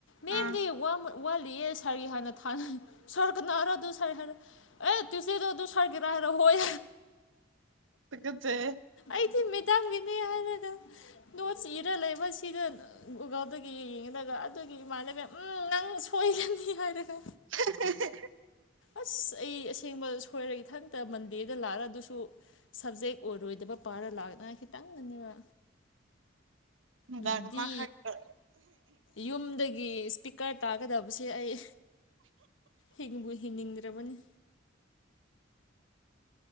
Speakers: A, on the left (about 80°); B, on the right (about 90°).
A: ꯃꯦꯝꯗꯤ
B: ꯑꯥ
A: ꯋꯥꯠ ꯋꯥꯠꯂꯤꯌꯦ ꯁꯥꯔꯒꯤ ꯍꯥꯟꯅ ꯊꯥꯅ ꯁꯥꯔ ꯀꯅꯥꯔ ꯑꯗꯨ ꯁꯥꯔ ꯍꯥꯏꯔ ꯑꯦ ꯇꯨꯁꯗꯦꯗꯣ ꯑꯗꯨ ꯁꯥꯔꯒꯤꯔꯥ ꯍꯥꯏꯔ ꯍꯣꯏ
B: ꯇꯨꯀꯠꯆꯩꯍꯦ
A: ꯑꯩꯗꯤ ꯃꯦꯗꯥꯝꯒꯤꯅꯦ ꯍꯥꯏꯔꯒ ꯅꯣꯠꯁ ꯏꯔ ꯂꯩꯕ ꯁꯤꯗꯨ ꯗꯨꯒ ꯑꯗꯨꯒꯤ ꯌꯦꯡꯉꯒ ꯑꯗꯨꯒꯤ ꯏꯃꯥꯟꯅꯕꯤꯅ ꯎꯝ ꯅꯪ ꯁꯣꯏꯒꯅꯤ ꯍꯥꯏꯔꯒ
B: <unintelligible>
A: ꯑꯁ ꯑꯩ ꯑꯁꯦꯡꯕ ꯁꯣꯏꯔꯒ ꯏꯊꯟꯇ ꯃꯟꯗꯦꯗ ꯂꯥꯛꯑꯒ ꯑꯗꯨꯁꯨ ꯁꯕꯖꯦꯛ ꯑꯣꯏꯔꯣꯏꯗꯕ ꯄꯥꯔ ꯂꯥꯛꯅꯤꯡꯉꯥꯏ ꯈꯤꯇꯪꯗꯅꯤꯕ ꯑꯗꯨꯗꯗꯤ
B: ꯗꯥꯛ ꯑꯃ ꯍꯥꯞꯈ꯭ꯔꯣ
A: ꯌꯨꯝꯗꯒꯤ ꯏꯁꯄꯤꯀꯔ ꯇꯥꯒꯗꯕꯁꯦ ꯑꯩ ꯍꯤꯡꯕꯨ ꯍꯤꯡꯅꯤꯡꯗ꯭ꯔꯕꯅꯤ